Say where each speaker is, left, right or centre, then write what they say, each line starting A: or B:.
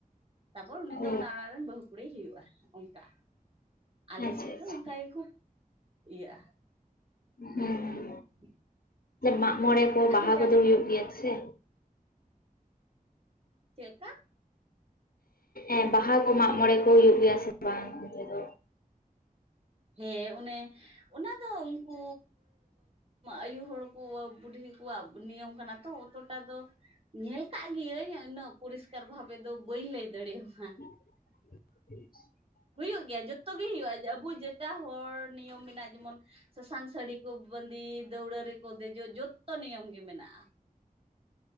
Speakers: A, on the right; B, on the left.
A: ᱛᱟᱨᱯᱚᱨ ᱩᱱᱤ
B: ᱚ
A: ᱫᱚ ᱚᱱᱟ ᱚᱲᱟᱜ ᱨᱮᱱ ᱵᱟᱹᱦᱩ ᱠᱩᱲᱤᱭ ᱦᱩᱭᱩᱜᱼᱟ ᱚᱱᱠᱟ᱾ ᱟᱞᱮ
B: ᱟᱪᱪᱷᱟ
A: ᱥᱮᱫ
B: ᱟᱪᱪᱷᱟ
A: ᱫᱚ ᱚᱱᱠᱟ ᱜᱮᱠᱚ ᱤᱭᱟᱹᱜᱼᱟ
B: ᱦᱩᱸ
A: <unintelligible>
B: ᱢᱟᱜᱢᱚᱬᱮ ᱠᱚ
A: ᱟᱫᱚ
B: ᱵᱟᱦᱟ
A: ᱡᱟᱠ
B: ᱠᱚᱫᱚ ᱦᱩᱭᱩᱜ ᱜᱮᱭᱟ ᱥᱮ?
A: ᱪᱮᱫ ᱞᱮᱠᱟ?
B: ᱮ ᱵᱟᱦᱟ ᱠᱚ ᱢᱟᱜ ᱢᱚᱬᱮ ᱠᱚ ᱦᱩᱭᱩᱜ ᱜᱮᱭᱟ ᱥᱮ ᱵᱟᱝ ᱚᱱᱛᱮ ᱫᱚ?
A: ᱦᱮᱸ ᱚᱱᱮ ᱚᱱᱟ ᱫᱚ ᱩᱱᱠᱩ ᱟᱭᱩ ᱦᱚᱲ ᱠᱚ ᱵᱩᱰᱷᱤ ᱠᱚᱣᱟᱜ ᱱᱤᱭᱚᱢ ᱠᱟᱱᱟ᱾ ᱚᱛᱚ ᱴᱟ ᱫᱚ ᱧᱮᱞ ᱟᱠᱟᱫ ᱜᱤᱭᱟᱹᱧ ᱩᱱᱟᱹᱜ ᱯᱚᱨᱤᱥᱠᱟᱨ ᱵᱷᱟᱵᱮ ᱫᱚ ᱵᱟᱹᱧ ᱞᱟᱹᱭ ᱫᱟᱲᱮᱭᱟᱢᱟ᱾
B: <unintelligible>
A: ᱦᱩᱭᱩᱜ ᱜᱮᱭᱟ ᱡᱚᱛᱚ ᱜᱮ ᱦᱩᱭᱩᱜᱼᱟ, ᱟᱵᱚ ᱡᱮᱴᱟ ᱦᱚᱲ ᱱᱤᱭᱚᱢ ᱢᱮᱱᱟᱜᱼᱟ ᱡᱮᱢᱚᱱ ᱥᱟᱥᱟᱝ ᱥᱟᱹᱲᱤ ᱠᱚ ᱵᱟᱸᱫᱮ ᱫᱟᱹᱣᱲᱟᱹ ᱨᱮᱠᱚ ᱫᱮᱡᱚᱜ ᱡᱚᱛᱚ ᱱᱤᱭᱚᱢ ᱜᱮ ᱢᱮᱱᱟᱜᱼᱟ᱾